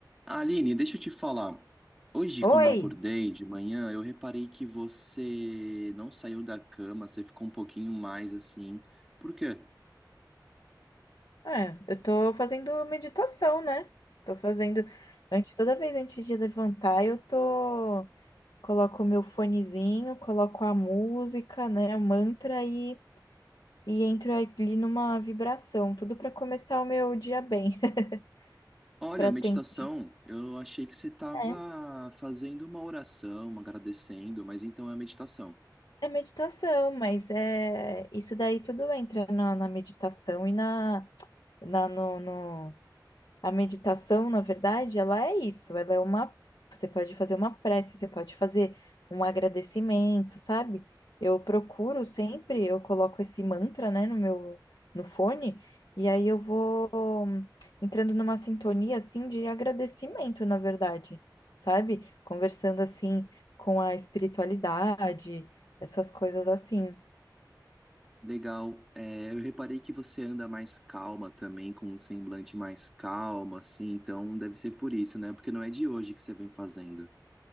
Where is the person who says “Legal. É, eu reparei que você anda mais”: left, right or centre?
Centre